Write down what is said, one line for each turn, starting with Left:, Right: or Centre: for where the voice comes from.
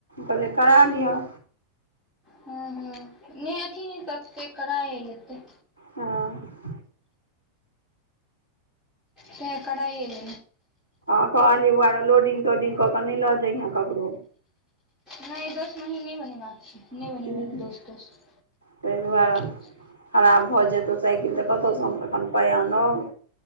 Right: कहलिय करा लिअ।
Centre: ह ह नहि अथी नहि सतै करााय लेतै।
Right: हँ।
Centre: त ह कना यल
Right: हँ कहलियै बौआरो लोडिंग तोडिंग कऽ कऽ नहि लऽ जइहे ककरो
Centre: नहि दोस्त महीन नहि बनेबाक छै। नहि
Right: हूँ
Centre: बनी म दोस्त दोस्त
Right: ताहि दुआरे
Centre: ठीक
Right: खराब भऽ जेतौ साइकिल तऽ कतऽ स हम अखन पाइ आनब